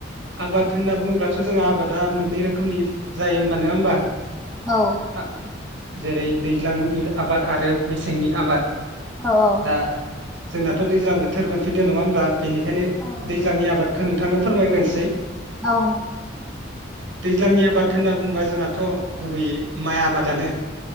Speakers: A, on the right; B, in the centre.
A: आबाद होनना बुङोब्लाथ' जोंहा आबादा मोननै रोखोमनि जायो हबा नङा होमबा?
B: औ
A: ह जेरै दैज्लांनि आबाद आरो मेसेंनि आबाद।
B: औ औ
A: दा जोंनाथ दैज्लां बोथोर मोनफैदो नङा होमब्ला? बेनिखायनो
B: औ नोंथां
A: दैज्लांनि आबाद नोंथांनो फोरमायग्रोनोसै
B: औ नों
A: दैज्लांनि आबाद होनना बुंङोबा जोंहाथ गुबैयै माइ आबादानो